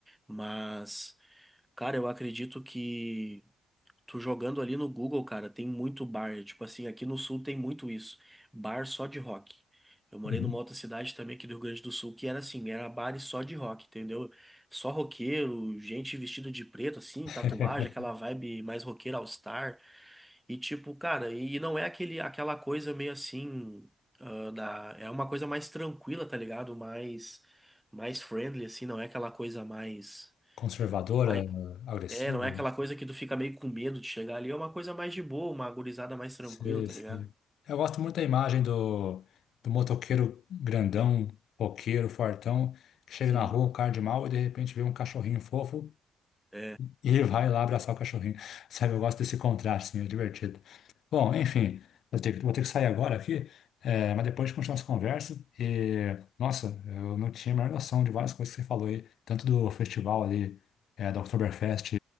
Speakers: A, in the centre; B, on the left (about 65°).
A: Mas, cara, eu acredito que Tu jogando ali no Google, cara, tem muito bar. Tipo assim, aqui no sul tem muito isso. Bar só de rock. Eu morei
B: Uhum.
A: numa outra cidade também aqui do Rio Grande do Sul, que era assim, era bar e só de rock, entendeu? Só roqueiro, gente vestida de preto, assim,
B: <laughs>
A: tatuagem, aquela vibe mais roqueira all-star. E tipo, cara, e não é aquele, aquela coisa meio assim, ah, da, é uma coisa mais tranquila, tá ligado? Mais, mais friendly, assim, não é aquela coisa mais.
B: Conservadora,
A: mais
B: agressiva?
A: é, não é aquela coisa que tu fica meio com medo de chegar ali. É uma coisa mais de boa, uma gurizada mais tranquila,
B: Sei,
A: tá
B: sei.
A: ligado?
B: Eu gosto muito da imagem do, do motoqueiro grandão, roqueiro, fortão, que chega
A: Sim,
B: na rua, o cara de mal, e de repente vê um cachorrinho fofo,
A: é,
B: e vai lá abraçar o cachorrinho. Sabe, eu gosto desse contraste, assim, é divertido. Bom, enfim, eu tenho que- vou ter que sair agora aqui, é, mas depois a gente continua essa conversa. E, nossa, eu não tinha a menor noção de várias coisas que você falou aí, tanto do festival ali, é, da Oktoberfest